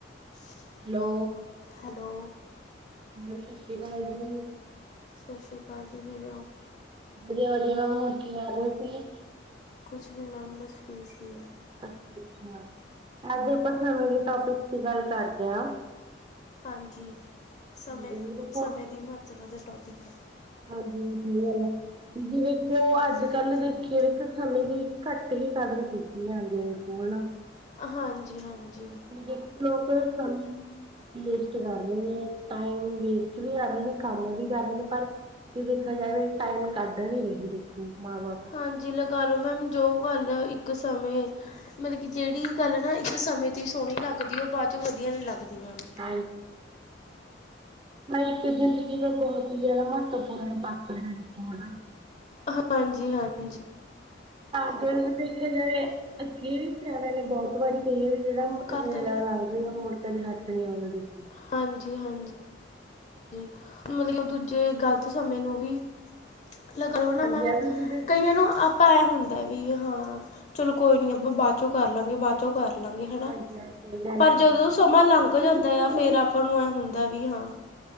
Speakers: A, on the left; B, on the right.
A: <inaudible>
B: Hello
A: hello
B: madam ਸਸ ਸ੍ਰੀ ਕਾਲ ਜੀ।
A: ਸਸ ਸ੍ਰੀ ਕਾਲ ਜੀ, ਕਿਵੇਂ ਹੋ?
B: ਵਧੀਆ-ਵਧੀਆ ਮੈਮ ਹੋਰ ਕੀ ਕਰ ਰਹੇ ਸੀ।
A: ਕੁਛ ਨੀ ਮੈਮ ਬਸ ਫ੍ਰੀ ਸੀ।
B: ਅੱ ਅੱਛ ਅੱਜ ਆਪਾਂ ਸਮਾ ਦੇ ਟੋਪਿਕ ਤੇ ਗੱਲ ਕਰਦੇ ਆ।
A: ਹਾਂਜੀ
B: ਹਾਂਜੀ
A: ਸਮੇਂ-ਸਮੇਂ
B: ਦੇਖੋ
A: ਦੀ ਮਹੱਤਤਾ ਦਾ ਟੋਪਿਕ।
B: ਹਾਂਜੀ ਸਹੀ ਗੱਲ ਹੈ ਵੀ ਜੀ ਦੇਖੋ
A: ਹਾਂਜੀ
B: ਅੱਜ
A: ਹੋਰ
B: ਕੱਲ
A: ਸੁਣਾਓ
B: ਦੇਖੇ ਸਮੇਂ ਦੀ ਘੱਟ ਹੀ ਕਦਰ ਕੀਤੀ ਹੈ <unintelligible>
A: ਹਾਂਜੀ ਹਾਂਜੀ।
B: <unintelligible> ਲੋਕਕ ਕਮ ਵੇਸਟ ਕਰਨੇ ਨੇ ਟਾਈਮ ਵੇਸਟ ਵੀ ਕਰ ਰਹੇ ਨੇ ਕੰਮ ਵੀ ਕਰ ਰਹੇ ਨੇ ਪਰ ਦੇਖਿਆ ਜਾਵੇ ਟਾਈਮ ਕੱਢ ਨੀ ਰਹੀ ਦੀ ਫੂਕ ਮਾਰੋ
A: ਹਾਂਜੀ ਲਗਾ ਲੋ ਮੈਮ ਜੋ ਗੱਲ ਇੱਕ ਸਮੇਂ ਮਤਬ ਕਿ ਜੇੜੀ ਗੱਲ ਨਾ ਇੱਕ ਸਮੇਂ ਤੇ ਸੋਹਣੀ ਲੱਗਦੀ ਉਹ ਬਾਅ ਚੋਂ ਵਧੀਆ ਨਹੀਂ ਲੱਗਦੀ। ਮੈਮ
B: <unintelligible> <unintelligible> ਮੈਂ ਇੱਕ ਜ਼ਿੰਦਗੀ ਦਾ ਬਹੁਤ ਹੀ ਜ਼ਿਆਦਾ ਮਹੱਤਵਪੂਰਨ ਪਾਤਰ ਹਾਂ ਜੀ, ਹੋਰ ਨਾ
A: ਹਾਂਜੀ, ਹਾਂਜੀ
B: ਤਾਂ ਜੇ ਦੇਖਿਆ ਜਾਵੇ ਅੱਗੇ ਵੀ <unintelligible> ਨੇ ਬਹੁਤ ਵਾਰੀ ਕਹੀਏ ਵੀ ਜਿਹੜਾ
A: ਕਰਤਾ
B: ਮੇਰਾ
A: ਵੀਰੇ
B: <unintelligible> <unintelligible> ਮੋੜ ਕੇ ਵੀ ਲੱਕ ਨਹੀਂ ਆਉਂਦੀ
A: ਹਾਂਜੀ ਹਾਂਜੀ ਜੀ, ਮਲਬ ਉਹ ਦੂਜੇ ਗ਼ਲਤ ਸਮੇ ਨੂੰ ਵੀ ਲੈ ਕਰੋ ਨਾ
B: ਹਾਂਜੀ
A: ਮੈਮ,
B: ਇਹ
A: ਮੈਂ
B: ਵੀ ਤੁਸੀਂ ਦੇਖਿਆ
A: ਕਈਆਂ ਨੂੰ ਅਪ ਭੈ ਹੁੰਦਾ ਵੀ ਹਾਂ, ਚਲੋ ਕੋਈ ਨੀ ਆਪਾਂ ਬਾਅ ਚੋਂ ਕਰ ਲਾਂਗੇ, ਬਾਅ ਚੋਂ ਕਰ ਲਾਂਗੇ, ਹਨਾ।
B: ਹਾਂਜੀ ਇਹ ਸਹੀ ਗੱਲ
A: ਪਰ
B: ਹੈ।
A: ਜਦੋਂ ਨਾ ਸਮਾਂ ਲੰਘ ਜਾਂਦਾ
B: ਜਦੋਂ ਸਮਾਂ
A: ਆ, ਫੇਰ ਆਪਾਂ ਨੂੰ ਇਹ ਹੁੰਦਾ ਵੀ ਹਾਂ